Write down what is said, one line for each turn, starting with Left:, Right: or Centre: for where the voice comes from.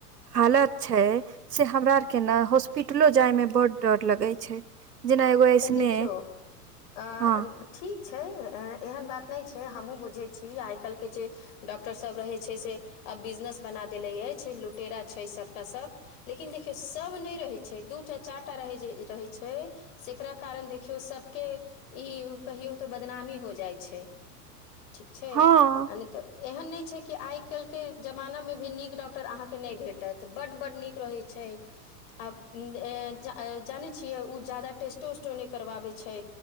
Right: हालत छै से हमरा आरके न हॉस्पिटलो जायमे बड डर लगै छै जेना एगो ऐसने
Left: त देखिओ अ
Right: हँ
Left: ठीक छै एहन बात नहि छै हमहुँ बुझै छी आइ काल्हिके जे डॉक्टरसभ रहै छै से आब बिजनेस बना देने अछि लुटेरा छै सभ लुटेरा छै सभ लेकिन देखियौ सभ नहि रहै छै दू टा चारि टा रहै छै रहै छै जकरा कारण देखियौ सभके ई कहियौ तऽ बदनामी हो जाइ छै ठीक छै
Right: हँ
Left: आ नै तऽ एहन नहि छै कि आइ काल्हिके जमानामे भी नीक डॉक्टर अहाँके नहि भेटत बड्ड बड्ड नीक रहै छै छै अब उम्म ए जा ए जानै‌ छियै उ जादा टेस्टो उस्टो नहि करबाबै छै